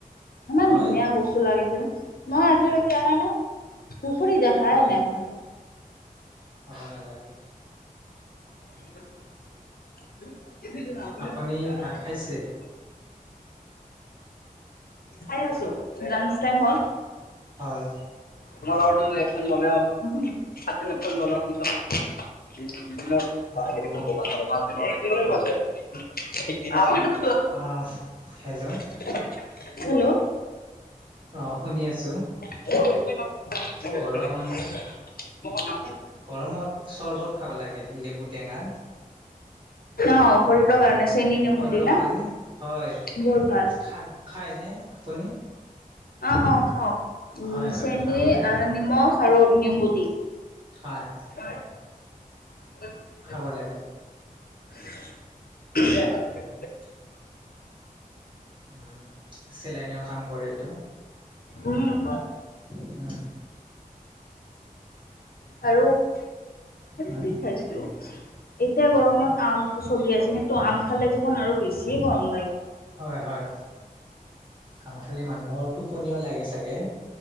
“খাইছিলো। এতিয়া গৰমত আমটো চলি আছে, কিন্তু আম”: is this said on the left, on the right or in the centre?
Left